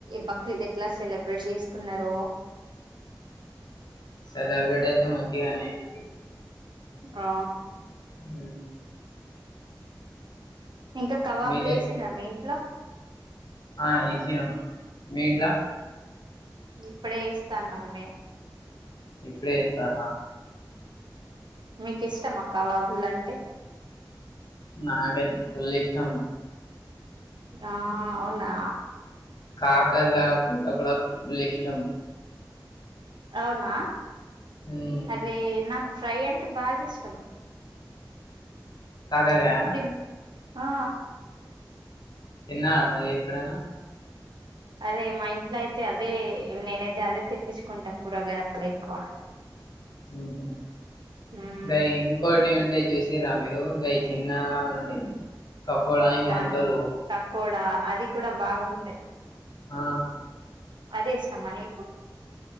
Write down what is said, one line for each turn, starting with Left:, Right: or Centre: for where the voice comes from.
Right: బక్రీద్ ఎట్లా సెలబ్రేట్ చేసుకున్నారు
Left: సెలబ్రిటీ అయితే మంచిగానేయండి
Right: ఆ
Left: హ్మ
Right: ఇంకా కబబులు
Left: మీరే
Right: వేసిరా మీ ఇంట్లో
Left: ఆ వేసిరు మీ ఇంట్లా
Right: ఇప్పుడే ఇస్తాన్నాం మేము
Left: ఇప్పుడే వేస్తారా
Right: మీకు ఇష్టంమా కావాబ్ ళంటే
Left: నాకాతే ఫుల్ ఇష్టం
Right: ఆ అవునా
Left: కాకర్ కాయ కూర కూడా ఫుల్ ఇష్టం
Right: అవునా
Left: ఉమ్,
Right: అరే నాకు ఫ్రై అంటే బాగా ఇష్టం
Left: కాకర్కాయన
Right: తిన్ ఆ
Left: తన్నా మరి ఎ ఇక్కడనా
Right: అదే మా ఇంట్లో అయితే అదే నేనైతే అదే తెప్పించుకుంటా కూరగాయాలు ఎక్కువ
Left: మ్మ్ హ్మ్
Right: ఉమ్
Left: అదయ ఇంకోటి ఏంటి అంటే చూసారా మీరు గయ చిన్నగా ఉంటే కకోడాయి వంటరు
Right: దాని పకోడా అది కూడా బాగుంటది
Left: ఆ
Right: అదే ఇష్టమ్మా నీకు